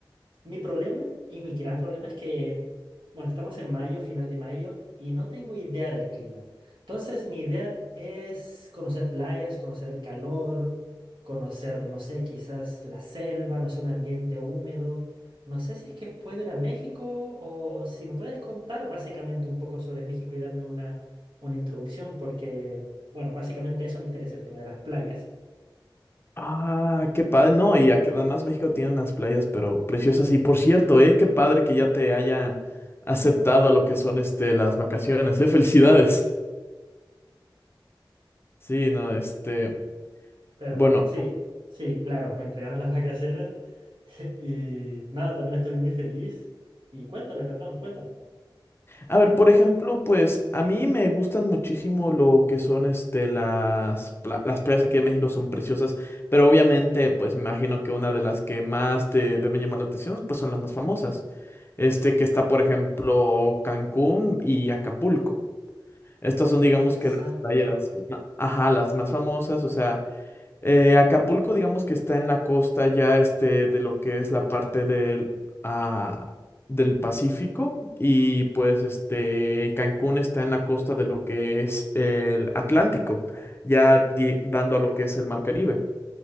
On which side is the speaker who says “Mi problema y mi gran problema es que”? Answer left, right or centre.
Right